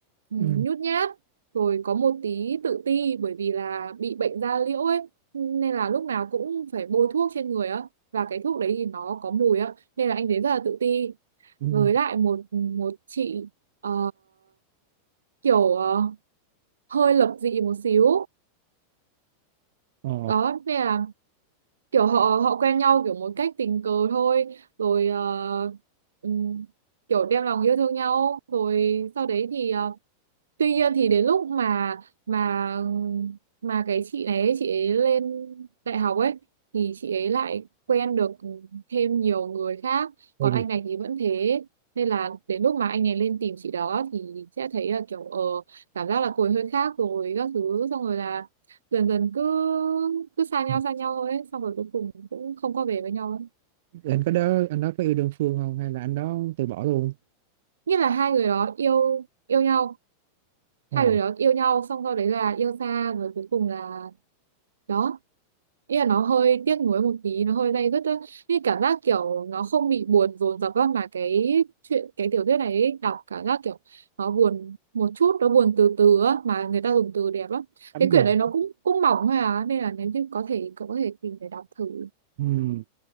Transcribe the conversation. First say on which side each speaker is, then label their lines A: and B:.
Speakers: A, on the right; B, on the right.
A: ừ,
B: Ừ.
A: nhút nhát rồi có một tí tự ti bởi vì là bị bệnh da liễu ấy nên là lúc nào cũng phải bôi thuốc trên người á và cái thuốc đấy thì nó có mùi á nên là anh thấy rất là tự ti
B: Ừ. Ừ.
A: với lại một một chị ờ, kiểu ờ, hơi lập dị một xíu
B: ồ
A: đó nên là kiểu họ họ quen nhau kiểu một cách tình cờ thôi rồi ờ, ừm, kiểu đem lòng yêu thương nhau rồi sau đấy thì ờ, tuy nhiên thì đến lúc mà mà mà cái chị này ấy, chị ấy lên đại học ấy thì chị ấy lại quen được thêm nhiều người khác
B: hay
A: còn
B: thiệt.
A: anh này thì vẫn thế nên là đến lúc mà anh ấy lên tìm chị đó thì sẽ thấy là kiểu ờ cảm giác là cô ấy hơi khác rồi các thứ xong rồi là dần dần cứ cứ xa nhau
B: Ừ.
A: xa nhau thôi ấy. xong rồi cuối cùng cũng không có về với nhau ấy.
B: anh có đó anh đó có yêu đơn phương không hay là anh đó từ bỏ luôn
A: như là hai người đó yêu yêu nhau
B: Ồ,
A: hai người đó yêu nhau xong sau đấy là yêu xa rồi cuối cùng là đó Ý là nó hơi tiếc nuối một tí nó hơi day dứt ấy. Như cảm giác kiểu nó không bị buồn dồn dập á, mà cái chuyện cái tiểu thuyết này ấy, đọc cảm giác kiểu nó buồn một chút nó buồn từ từ á mà người ta dùng từ đẹp lắm
B: tắm
A: cái quyển
B: dần.
A: đấy nó cũng cũng mỏng thôi à nên là nếu như có thể cậu có thể tìm để đọc thử
B: ừ,